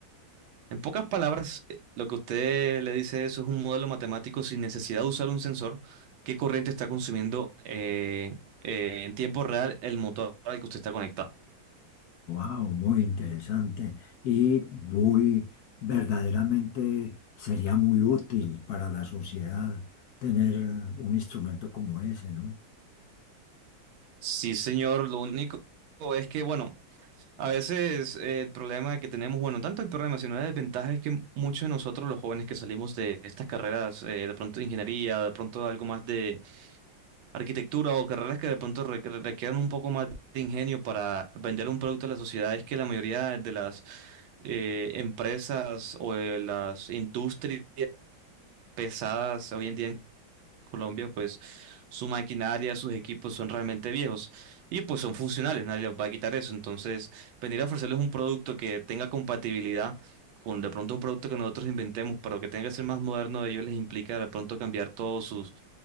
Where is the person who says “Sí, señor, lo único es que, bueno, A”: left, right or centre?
Right